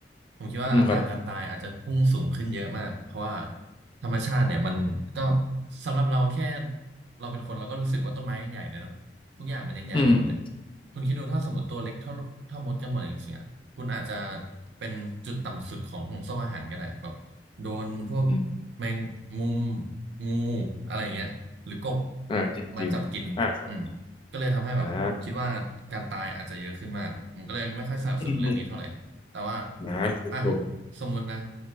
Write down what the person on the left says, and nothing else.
อืมครับ
อืม
อืม
อ่าจริงจริงอ่าครับ
อ่าอืมอืม
นะถูกถูก